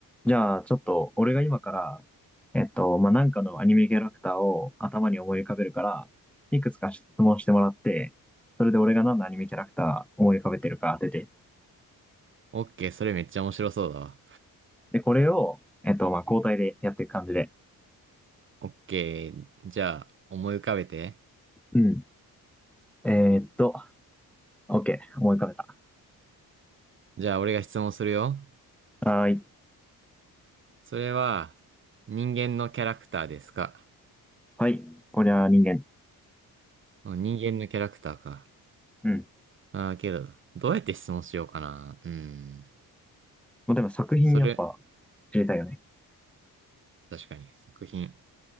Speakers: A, in the centre; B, on the right.
A: じゃあ、ちょっと、俺が今から、えっと、まあ、なんかのアニメキャラクターを頭に思い浮かべるから、いくつか質問してもらって、それで俺が何のアニメキャラクター思い浮かべてるか当てて。
B: オッケー、それめっちゃ面白そうだわ。
A: で、これを、えっと、まあ、交代でやっていく感じで。
B: オッケー、じゃあ思い浮かべて。
A: うん。えーっと、OK、思い浮かべた。
B: じゃあ俺が質問するよ。
A: はーい。
B: それは人間のキャラクターですか
A: はい。こりゃ人間。
B: うん人間のキャラクターか。
A: うん。
B: ああ、けど、どうやって質問しようかな。うーん。
A: もうでも作品やっぱ
B: それ、
A: 知りたいよね。
B: 確かに、作品。